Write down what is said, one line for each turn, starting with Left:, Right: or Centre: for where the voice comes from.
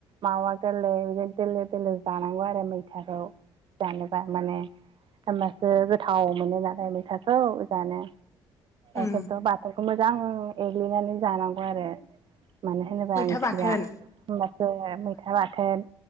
Right: मावा दोलो बिदिनो दोलो दोलो जानांगौ आरो मैथाखौ जानोबा माने हबासो गोथाव मोनो नालाय मैसााखौ जानो
Left: उम
Right: एखेन्थ' बाथाखौ मोजां एग्लिनानै जानांगौ आरो मानो होनोबा
Left: मैथा
Right: ओंख्रिया
Left: बाथोन
Right: होमबासो मैथा बाथोन